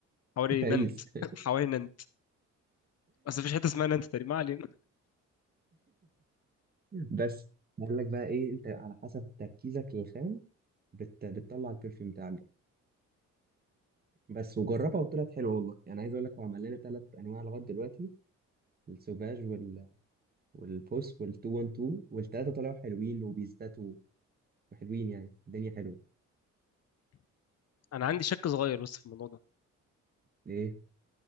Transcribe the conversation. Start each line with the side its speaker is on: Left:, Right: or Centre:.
Left: حواري
Right: باريس
Left: نانت
Right: <laughs>
Left: <laughs> حواري نانت اصل مفيش حته اسمها نانت تقريبا ما علينا
Right: بس بقول لك بقى ايه انت على حسب تركيزك للخام بت... بتطلع البرفيوم بتاعك ده بس وجربها وطلعت حلوه والله يعني عايز اقول لك هو عمل لنا ثلاث انواع لغايه دلوقتي السوفاج وال... والبوس وال212 والثلاثه طلعوا حلوين وبيثبتوا وحلوين يعني الدنيا حلوه
Left: انا عندي شك صغير بس في الموضوع ده
Right: ليه